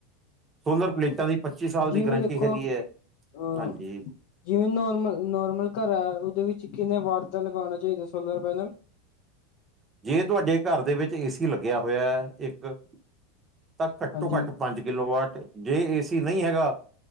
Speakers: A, on the right (about 25°); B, on the left (about 60°).
A: ਸੋਲਰ ਪਲੇਟਾਂ
B: ਹਾਂ
A: ਦੀ ਪੱਚੀ ਸਾਲ
B: ਜਿਵੇਂ
A: ਦੀ ਗਰੰਟੀ
B: ਦੇਖੋ
A: ਹੈਗੀ ਹੈ,
B: ਅ
A: ਹਾਂਜੀ।
B: ਜਿਵੇਂ ਨੋਰਮਲ, ਨੋਰਮਲ ਘਰ ਹੈ, ਉਹਦੇ ਵਿੱਚ ਕਿੰਨੇ ਵਾਟ ਦਾ ਲਗਾਉਣਾ ਚਾਹੀਦਾ ਸੋਲਰ ਪੈਨਲ,
A: ਜੇ ਤੁਹਾਡੇ ਘਰ ਦੇ ਵਿੱਚ ਏ ਸੀ ਲੱਗਿਆ ਹੋਇਆ ਹੈ ਇੱਕ ਤਾਂ ਘੱਟੋ
B: ਹਾਂਜੀ
A: ਘੱਟ ਪੰਜ ਕਿਲੋਵਾਟ, ਜੇ ਏਸੀ ਨਹੀਂ ਹੈਗਾ